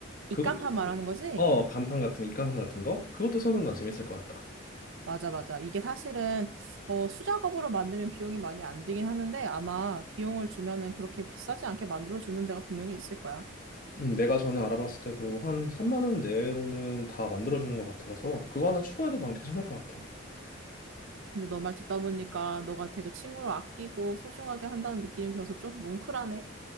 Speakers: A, on the right; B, on the left.
A: 입간판
B: 그것도 꼭-
A: 말하는 거지?
B: 어 간판 같은 거, 입간판 같은 거 그것도 세워놓으면 재밌을 것 같다.
A: 맞아, 맞아. 이게 사실은 어, 수작업으로 만들면 비용이 많이 안 들긴 하는데 아마 비용을 주면은 그렇게 비싸지 않게 만들어주는 데가 분명히 있을 거야.
B: 음, 내가 전에 알아봤을 때도 한 3만 원 내로는 다 만들어주는 것 같아서 그거 하나 추가해도 난 괜찮을 것 같아.
A: 근데 너 말 듣다 보니까 너가 되게 친구를 아끼고 소중하게 한다는 느낌이 들어서 좀 뭉클하네.